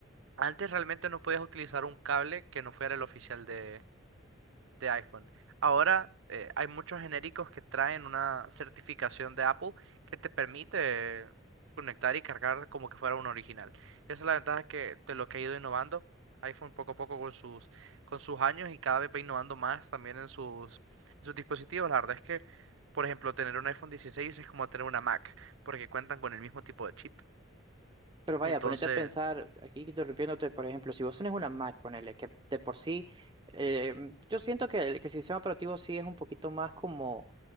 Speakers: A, on the right; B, on the right.
A: Antes realmente no podías utilizar un cable que no fuera el oficial de, de iPhone. Ahora eh, hay muchos genéricos que traen una certificación de Apple que te permite conectar y cargar como que fuera un original. Esa es la ventaja que, de lo que ha ido innovando iPhone poco a poco con sus, con sus años y cada vez va innovando más también en sus, en sus dispositivos. La verdad es que, por ejemplo, tener un iPhone 16 es como tener una Mac porque cuentan con el mismo tipo de chip.
B: Pero vaya,
A: Entonces,
B: ponete a pensar, aquí interrumpiéndote, por ejemplo, si vos tenés una Mac, ponele, que de por sí, eh, yo siento que el, que el sistema operativo sí es un poquito más como